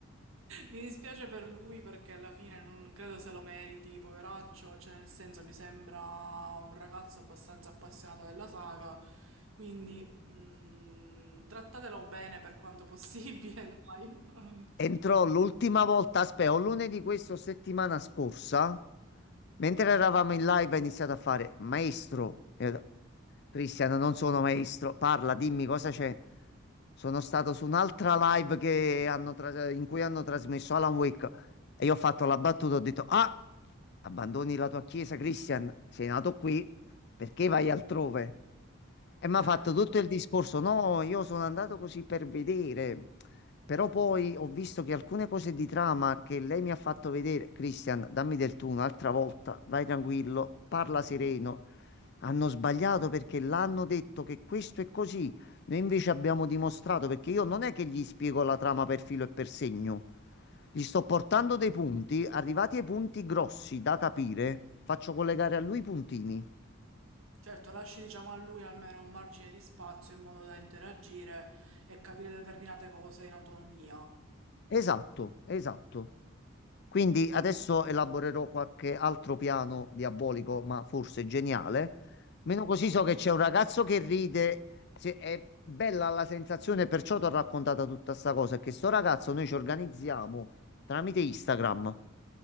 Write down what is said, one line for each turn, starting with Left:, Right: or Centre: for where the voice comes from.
Right: Mi dispiace per lui perché alla fine non credo se lo meriti, poveraccio, cioè nel senso mi sembra un ragazzo abbastanza appassionato della saga, quindi mm, trattatelo bene per quanto possibile, <laughs> dai.
Left: entrò l'ultima volta, aspetta, o lunedì questo settimana scorsa, mentre eravamo in live, ha iniziato a fare maestro. E ho detto, Christian, non sono maestro, parla, dimmi cosa c'è. Sono stato su un'altra live che hanno tras- in cui hanno trasmesso Alan Wake e io ho fatto la battuta, ho detto, ah, Abbandoni la tua chiesa, Christian, sei nato qui, perché vai altrove? E mi ha
Right: Eh.
Left: fatto tutto il discorso, no, io sono andato così per vedere, però poi ho visto che alcune cose di trama che lei mi ha fatto vedere, Christian, dammi del tu un'altra volta, vai tranquillo, parla sereno, hanno sbagliato perché l'hanno detto che questo è così. Noi invece abbiamo dimostrato perché io non è che gli spiego la trama per filo e per segno. Gli sto portando dei punti, arrivati ai punti grossi da capire, faccio collegare a lui i puntini.
Right: Certo, lasci diciamo a lui almeno un margine di spazio in modo da interagire e capire determinate cose in autonomia.
Left: Esatto, esatto. Quindi adesso elaborerò qualche altro piano diabolico, ma forse geniale. Meno così so che c'è un ragazzo che ride, se- è bella la sensazione, perciò ti ho raccontato tutta sta cosa, è che sto ragazzo noi ci organizziamo tramite Instagram.